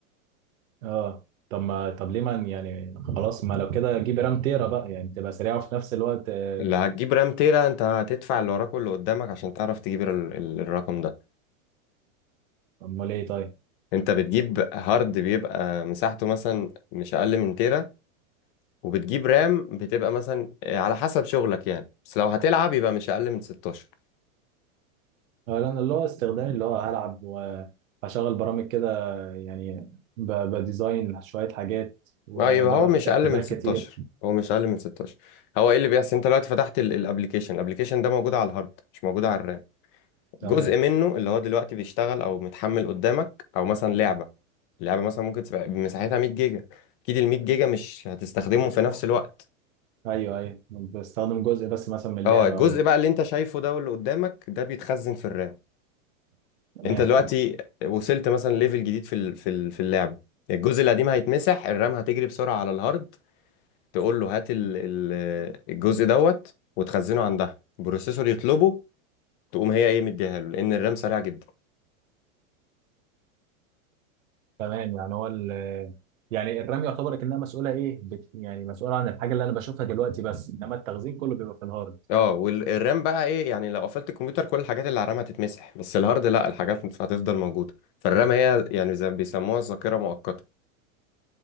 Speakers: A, on the right; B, on the left.
A: اه طب ما طب ليه ما يعني خلاص ما لو كده جيب رام تيرا بقى يعني تبقى سريعه وفي نفس الوقت آه،
B: اللي هتجيب رام تيرا انت هتدفع اللي وراك واللي قدامك عشان تعرف تجيب ال- ال- الرقم ده
A: امال ايه طيب
B: انت بتجيب هارد بيبقى مساحته مثلا مش اقل من تيرا وبتجيب رام بتبقى مثلا آه، على حسب شغلك يعني بس لو هتلعب يبقى مش اقل من 16
A: آه لان اللي هو استخدامي اللي هو هلعب وهشغل برامج كده يعني ب... بديزاين شويه حاجات وببقى
B: اه يبقى هو مش
A: فاتح
B: اقل
A: تابات
B: من 16
A: كتير
B: هو مش اقل من 16 هو ايه اللي بيحصل انت دلوقتي فتحت الابلكيشن الابلكيشن ده موجود على الهارد مش موجود على الرام
A: تمام
B: جزء منه اللي هو دلوقتي بيشتغل او متحمل قدامك او مثلا لعبه اللعبه مثلا ممكن تبقى مساحتها 100 جيجا اكيد ال 100 جيجا مش هتستخدمه في نفس الوقت
A: ايوه ايوه بستخدم جزء بس مثلا من اللعبه
B: اه الجزء
A: او
B: بقى اللي انت شايفه ده واللي قدامك ده بيتخزن في الرام
A: تمام
B: انت دلوقتي وصلت مثلا ليفل جديد في ال- في ال- في اللعبه الجزء القديم هيتمسح الرام هتجري بسرعه على الهارد تقول له هات ال- ال- الجزء دوت وتخزنه عندها البروسيسور يطلبه تقوم هي ايه مديها له لان الرام سريع جدا
A: تمام يعني هو ال يعني الرمي يعتبر كأنها مسؤولة إيه؟ بت يعني مسؤولة عن الحاجة اللي أنا بشوفها دلوقتي بس، إنما التخزين كله بيبقى في الهارد،
B: اه والرام بقى ايه يعني لو قفلت الكمبيوتر كل الحاجات اللي على الرام هتتمسح بس الهارد لا الحاجات هتفضل موجوده فالرام هي يعني زي ما بيسموها الذاكره مؤقته